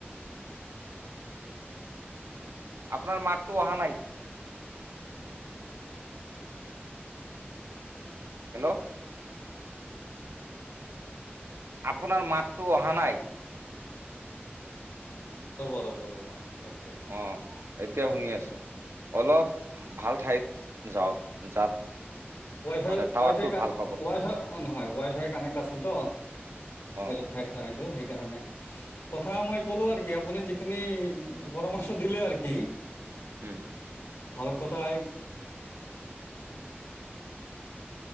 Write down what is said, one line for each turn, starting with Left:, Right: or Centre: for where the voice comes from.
Right: আপোনাৰ মাতটো অহা নাই। হেল্ল', আপোনাৰ মাতটো অহা নাই।
Left: ৰব, ৰব, ৰব। এক ছেকেণ্ড
Right: অ' এতিয়া শুনি আছো অলপ ভাল ঠাইত। যাওক যাত
Left: ৱাই ফাই
Right: মানে টাৱাৰটো
Left: ৱাইফাই
Right: ভাল পাব
Left: ৱাইফাই অন হয়। ৱাইফাই কানেক্ট আছিল তো
Right: অ
Left: বেলেগ ঠাইত আহিলোঁ সেই। কাৰণে কথা মই ক'লো আৰু কি আপুনি যিখিনি পৰামৰ্শ দিলে আৰু কি,
Right: উম,
Left: ভাল কথাই।